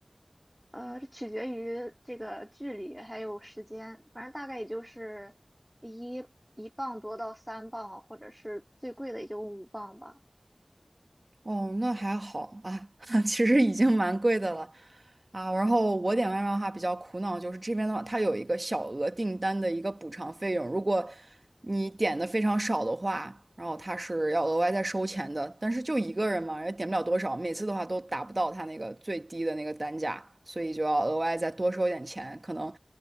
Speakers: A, in the centre; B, on the right.
A: 呃取决于这个距离还有时间，反正大概也就是一一磅多到三磅，或者是最贵的也就五磅吧。
B: 哦，那还好啊，<laughs> 其实已经蛮贵的了啊。然后我点外卖的话比较苦恼，就是这边的话，它有一个小额订单的一个补偿费用，如果你点的非常少的话，然后它是要额外再收钱的。但是就一个人嘛，也点不了多少，每次的话都达不到它那个最低的那个单价，所以就要额外再多收一点钱。可能